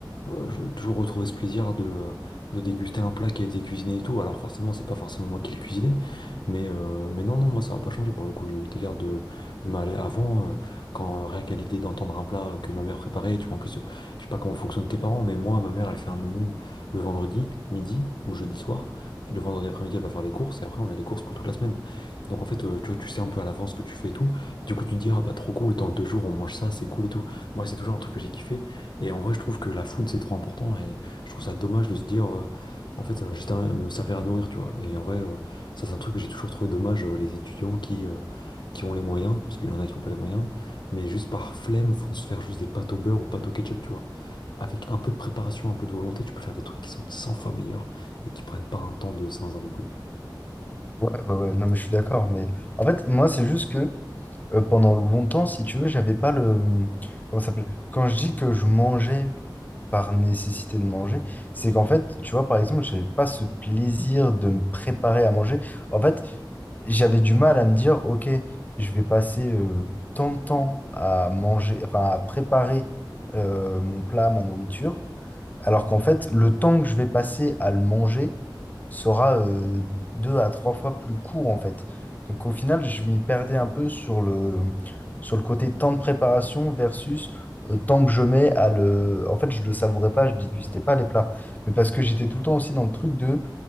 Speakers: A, on the left; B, on the left.
A: euh, j'ai toujours retrouvé ce plaisir de, euh, de déguster un plat qui a été cuisiné et tout. Alors, forcément, c'est pas forcément moi qui l'ai cuisiné. Mais, euh, mais non, non, moi, ça n'a pas changé pour le coup. Le délire de m'aller avant, euh, quand euh, rien qu'à l'idée d'entendre un plat euh, que ma mère préparait, tu vois, en plus, euh, je sais pas comment fonctionnent tes parents, mais moi, ma mère, elle fait un menu le vendredi, midi ou jeudi soir. Le vendredi après-midi, elle va faire les courses et après, on a les courses pour toute la semaine. Donc en fait, euh, tu vois, tu sais un peu à l'avance ce que tu fais et tout. Du coup, tu te dis, ah bah trop cool, dans deux jours on mange ça, c'est cool et tout. Moi, c'est toujours un truc que j'ai kiffé. Et en vrai, je trouve que la food, c'est trop important. Et je trouve ça dommage de se dire, euh, en fait, ça va juste à- me servir à nourrir, tu vois. Et en vrai, euh, ça, c'est un truc que j'ai toujours trouvé dommage, euh, les étudiants qui, euh, qui ont les moyens, parce qu'il y en a qui n'ont pas les moyens, mais juste par flemme, vont se faire juste des pâtes au beurre ou pâtes au ketchup, tu vois. Avec un peu de préparation, un peu de volonté, tu peux faire des trucs qui sont 100 fois meilleurs et qui prennent pas un temps de zinzin non plus.
B: Ouais, ouais, ouais, non, mais je suis d'accord. Mais en fait, moi, c'est juste que euh, pendant longtemps, si tu veux, j'avais pas le... hum, Comment ça s'appelle? Quand je dis que je mangeais par nécessité de manger, c'est qu'en fait, tu vois, par exemple, j'avais pas ce plaisir de me préparer à manger. En fait, j'avais du mal à me dire, OK, je vais passer euh, tant de temps à manger, enfin, à préparer euh, mon plat, ma nourriture. Alors qu'en fait, le temps que je vais passer à le manger sera euh, deux à trois fois plus court, en fait. Donc au final, je m'y perdais un peu sur le, sur le côté temps de préparation versus euh, temps que je mets à le... En fait, je le savourais pas, je dégustais pas les plats. Mais parce que j'étais tout le temps aussi dans le truc de